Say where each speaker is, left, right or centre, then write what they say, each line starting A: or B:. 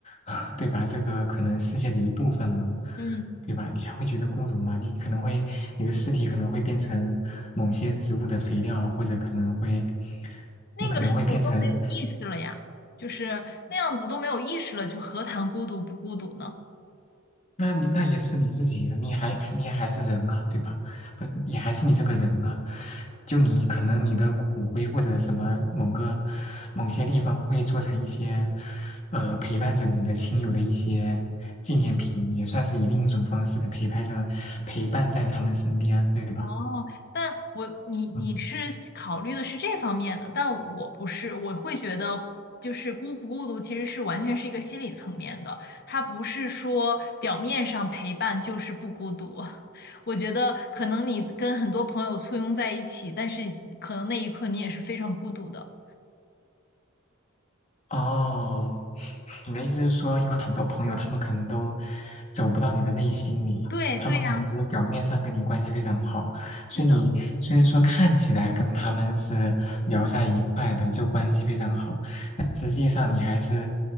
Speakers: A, on the left; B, on the left.
A: <laughs> 对吧？这个可能世界的一部分了，
B: 嗯。
A: 对吧？你还会觉得孤独吗？你可能会，你的尸体可能会变成某些植物的肥料，或者可能会，
B: 那个时候都没有意识了呀，
A: 你可能会变成
B: 就是那样子都没有意识了，就何谈孤独不孤独呢？
A: 那你那也是你自己啊，你还你还是人啊，对吧？不，也还是你这个人啊。就你可能你的骨灰或者什么某个某些地方会做成一些，呃，陪伴着你的亲友的一些纪念品，也算是以另一种方式陪伴着陪伴在他们身边，对吧？
B: 哦，但我你你是考虑的是这方面的，
A: 嗯，
B: 但我不是，我会觉得就是孤不孤独其实是完全是一个心理层面的，它不是说表面上陪伴就是不孤独。<laughs> 我觉得可能你跟很多朋友簇拥在一起，但是可能那一刻你也是非常孤独的。
A: 哦。你的意思是说，有很多朋友他们可能都走不到你的内心里，
B: 对对呀，
A: 他们可能只是表面上跟你关系非常好，所以你虽然说看起来跟他们是聊在一块的，
B: 是的，
A: 就关系非常好，但实际上你还是